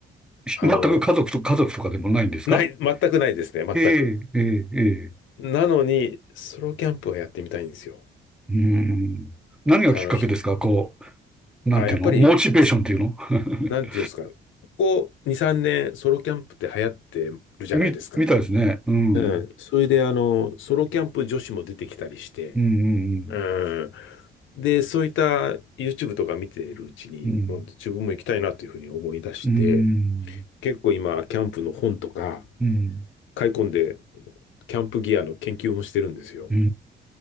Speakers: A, in the centre; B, on the left.
A: し全く家族と、
B: あの
A: 家族とかでもないんですか
B: ない、全くないですね、全く。
A: ええええええ
B: なのに、ソロキャンプはやってみたいんですよ。
A: うーん。何がきっかけですかこ
B: あの、ひ
A: う、なんていうのモチベーションっていうの
B: あ、やっぱり、す
A: <laughs>
B: なんていうんですか、ここ2、3年、ソロキャンプって流行ってるじゃないですか。
A: み、みたいですね。うん。
B: うん。それで、あの、ソロキャンプ女子も出てきたりして、
A: うん、うん
B: うん。で、そういった YouTube とか見ているうちに、
A: うん、
B: もう自分も行きたいなというふうに思い出して、
A: うん。うん、
B: 結構今、キャンプの本とか
A: うん、
B: 買い込んで、キャンプギアの研究もしてるんですよ。
A: うん。